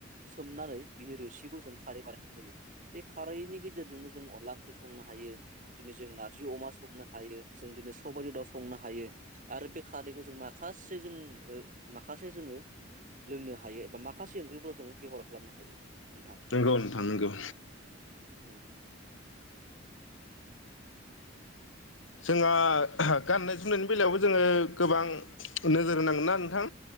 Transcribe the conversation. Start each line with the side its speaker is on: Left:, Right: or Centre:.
Right: सोमनानै बिनि रोसिखौ जों खारै बानाय जायो बे खारैनि गेजेरजोंनो जो जों अनला ओंख्रि संनो हायो दिनै जों नार्जि अमा संनो हायो जों दिनै सबायदो दाउ संनो हायो आरो बे खारैखौ जों माखासे जों ओ माखासे जोङो लोंनो हायो एबा माखासे ओंख्रिखौलजोङो बेबहार खालामनो हायो। नोंथां
Left: नोंगौ नोंथां नोंगौ।
Right: उम
Left: जों आं गाननाय जोमनायनि बेलायावबो जोङो गोबां नोजोर होनांगोना नोंथां।